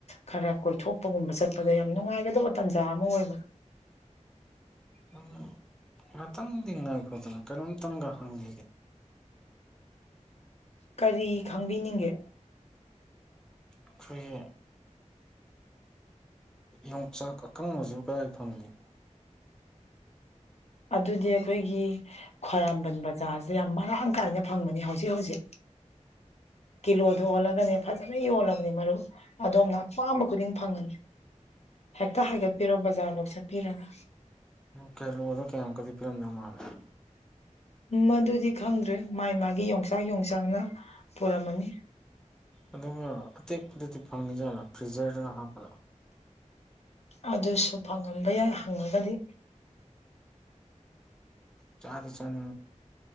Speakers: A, on the left; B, in the centre.
A: ꯈꯔ ꯀꯣꯏꯊꯣꯛꯄꯒꯨꯝꯕ ꯆꯠꯄꯗ ꯌꯥꯝ ꯅꯨꯡꯉꯥꯏꯒꯗꯕ ꯇꯥꯟꯖꯥ ꯑꯃ ꯑꯣꯏꯕ
B: ꯎꯝ ꯉꯥꯛꯇꯪꯗꯤ ꯉꯥꯏꯈꯗꯨ ꯀꯩꯅꯣꯝꯇꯪꯒ <unintelligible>
A: ꯀꯔꯤ ꯈꯪꯕꯤꯅꯤꯡꯒꯦ
B: ꯑꯩꯈꯣꯏꯒꯤ ꯌꯣꯡꯆꯥꯛ ꯑꯀꯪꯕꯕꯁꯤ ꯀꯗꯥꯏ ꯐꯪꯏꯦ
A: ꯑꯗꯨꯗꯤ ꯑꯩꯈꯣꯏꯒꯤ ꯈ꯭ꯋꯥꯏꯔꯝꯕꯟ ꯕꯖꯥꯔꯁꯦ ꯌꯥꯝ ꯃꯔꯥꯡ ꯀꯥꯏꯅ ꯐꯪꯕꯅꯤ ꯍꯧꯖꯤꯛ ꯍꯧꯖꯤꯛ ꯀꯤꯂꯣꯗ ꯑꯣꯜꯂꯒꯅꯦ ꯐꯖꯅ ꯌꯣꯜꯂꯕꯅꯤ ꯃꯔꯨꯞ ꯑꯗꯣꯝꯅ ꯑꯄꯥꯝꯕ ꯈꯨꯗꯤꯡ ꯐꯪꯉꯅꯤ ꯍꯦꯛꯇ ꯍꯥꯏꯒꯠꯄꯤꯔꯣ ꯕꯖꯥꯔꯐꯧ ꯆꯠꯄꯤꯔꯒ
B: ꯀꯦꯂꯣ ꯃꯣ ꯀꯌꯥꯝ ꯀꯔꯤ ꯄꯤ ꯑꯗ ꯃꯥꯔ <unintelligible>
A: ꯃꯗꯨꯗꯤ ꯈꯪꯗ꯭ꯔꯦ ꯃꯥꯥꯏ ꯃꯥꯒꯤ ꯌꯣꯡꯆꯥꯛ ꯌꯣꯡꯆꯥꯛꯅ ꯄꯨꯔꯝꯃꯅꯤ
B: ꯑꯗꯨꯒ ꯑꯇꯦꯛꯄꯗꯗꯤ ꯐꯪꯉꯤ ꯖꯥꯠꯂꯥ ꯐ꯭ꯔꯤꯖꯔꯗꯨꯅ ꯍꯥꯞꯄꯠꯂꯛ
A: ꯑꯗꯨꯁꯨ ꯐꯪꯉꯝꯕ ꯌꯥꯏ ꯍꯪꯉꯒꯗꯤ
B: ꯆꯅꯤ ꯆꯅꯤ